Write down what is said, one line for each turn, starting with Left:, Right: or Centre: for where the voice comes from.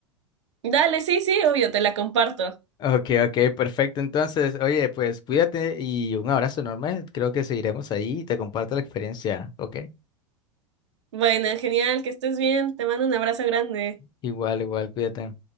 Right: Dale, sí, sí, obvio, te la comparto.
Left: Ok, ok, perfecto. Entonces, oye, pues cuídate y un abrazo enorme. Creo que seguiremos ahí y te comparto la experiencia. Ok,
Right: Bueno, genial, que estés bien. Te mando un abrazo grande.
Left: igual, igual, cuídate.